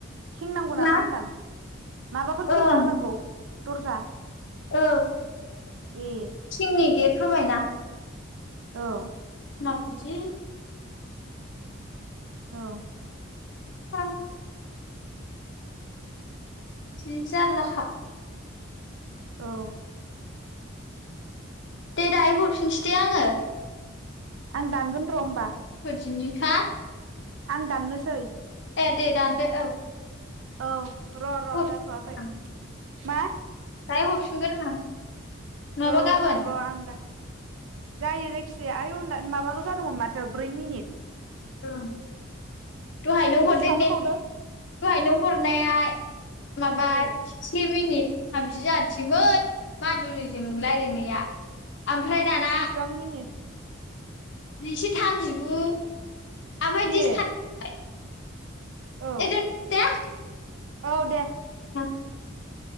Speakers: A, on the right; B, on the left.
A: खेंनांगौ नामाहोनदां?
B: मा
A: माबाफोर
B: ओं
A: खेंना होनांगौ? दरजा
B: औ
A: ए
B: थिंनि गेट होबाय ना?
A: औ
B: बिदि
A: औ
B: <unintelligible> जि जारलाखा।
A: औ
B: दे दाहाय हरफिनसै दे आङो।
A: आं दानगोन र' होमबा।
B: फोरदिनि हा
A: आं दाननोसै?
B: ए दे दानदो औ।
A: औ र' र'
B: हरफिनगोन
A: जाथ'आखै
B: आं
A: मा?
B: दाहाय हरफिगोन आं। नङाबा
A: औ
B: गाबोन
A: र' आं दा जायो जायखिजाया आय' <unintelligible> माबाल' जादोंमोन माथो ब्रै मिनिट?
B: ओं दहायनो
A: दसे
B: हरदे
A: थाथ'बावदो
B: ने दहायनो हर नाय आय माबा
A: ओ
B: से मिनिट थामजि जानोसैमोन मादुरिजों लायरायनाया। आमफ्राय दाना
A: बेसेबां मिनिट
B: जिसे थामजिगु आमफाय दिस
A: ए
B: <unintelligible> <unintelligible>
A: औ औ दे
B: <inaudible>